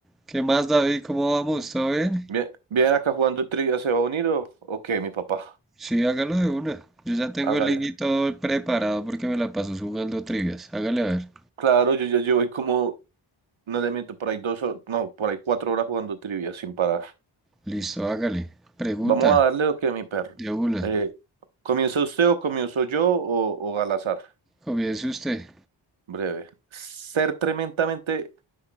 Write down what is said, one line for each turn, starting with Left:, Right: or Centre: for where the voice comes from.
Centre: ¿Qué más, David? ¿Cómo vamos? ¿Todo bien?
Right: Bien, bien acá jugando trivia, ¿se va a unir o, o qué, mi papá?
Centre: Sí, hágalo de una. Yo ya tengo
Right: Hágale.
Centre: el link y todo preparado porque me la paso jugando trivias. Hágale a ver.
Right: Claro, yo ya llevo ahí como, no le miento, por ahí dos, o- no, por ahí cuatro horas jugando trivia sin parar.
Centre: Listo, hágale. Pregunta,
Right: Vamos a darle o qué, mi perro.
Centre: de una.
Right: Eh, ¿comienza usted o comienzo yo o, o al azar?
Centre: Comience usted.
Right: Breve. Ser tremendamente,